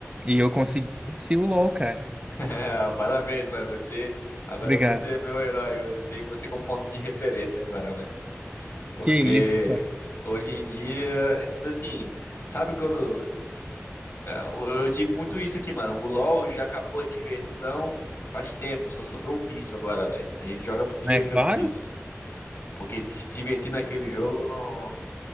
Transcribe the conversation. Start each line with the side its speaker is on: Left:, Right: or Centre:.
Right: e eu consegui vencer o LOL, cara.
Left: <laughs> É, parabéns, mano. Você, agora
Right: Obrigado.
Left: você é meu herói. Eu tenho você como ponto de referência agora, mano. Porque
Right: Que isso, cara.
Left: hoje em dia, é tipo assim, sabe quando é, eu eu digo muito isso aqui, mano. O LoL já acabou a diversão faz tempo, só sobrou o vício agora, velho. A gente joga porque
Right: Não é claro?
Left: pelo vício. Porque de se divertir naquele jogo não